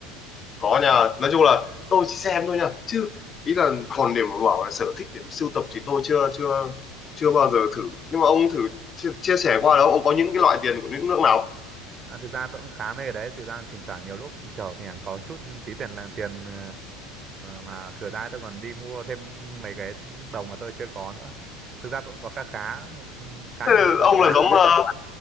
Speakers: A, on the left; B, on the right.
A: có nha nói chung là tôi chỉ xem thôi nha chứ ý là còn điểm mà bảo là sở thích điểm sưu tập thì tôi chưa chưa chưa bao giờ thử nhưng mà ông thử chia, chia sẻ qua đó ông có những cái loại tiền của những nước nào
B: À, thực ra tôi cũng khá mê cái đấy thực ra thỉnh thoảng nhiều lúc kiểu thỉnh thoảng có chút tí tiền là tiền ờ, mà thừa ra tôi còn đi mua thêm mấy cái đồng mà tôi chưa có nữa thực ra tôi cũng có khá khá một- khá
A: Thế
B: nhiều
A: là
B: nước ở
A: ông
B: châu Á
A: là giống
B: rồi đấy
A: ờ,